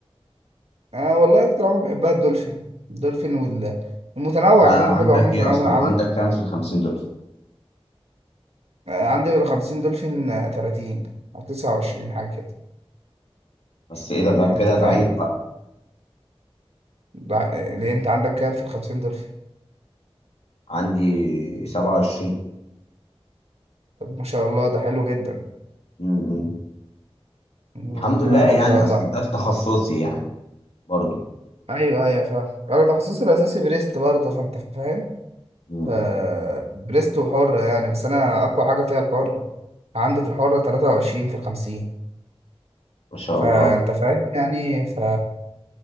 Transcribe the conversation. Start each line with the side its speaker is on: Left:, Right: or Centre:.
Right: اه والله اكتر عمر بحبها الدولفين الدولفين وال- والمتنوع
Left: عندك
Right: عموما بحب عموما
Left: ايه
Right: متنوع
Left: اصلا؟
Right: قوي
Left: عندك كام في الخمسين دول؟
Right: آه، عندي بال 50 دولفين آه، 30 او 29 حاجه كده
Left: بس ايه ده ده كده
Right: انت فاهم
Left: ضعيف بقى
Right: ده- آه، ليه انت عندك كام في ال 50 دولفين
Left: عندي 27
Right: طب ما شاء الله ده حلو جدا
Left: امم
Right: مم،
Left: الحمد لله
Right: لا
Left: يعني
Right: ما شاء الله
Left: اصل
Right: عليك.
Left: ده في تخصصي يعني برضو
Right: ايوه ايوه فاهم انا تخصصي الاساسي بريست برضه فانت فاهم
Left: امم
Right: ف بريست وحره يعني بس انا اقوى حاجه فيها الحره عندي في الحره 23 في ال 50
Left: ما شاء
Right: فانت
Left: الله
Right: فاهم يعني ف